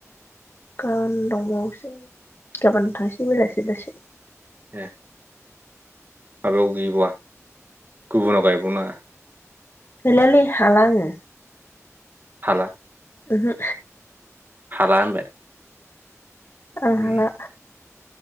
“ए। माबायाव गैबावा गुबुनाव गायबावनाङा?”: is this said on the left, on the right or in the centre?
Right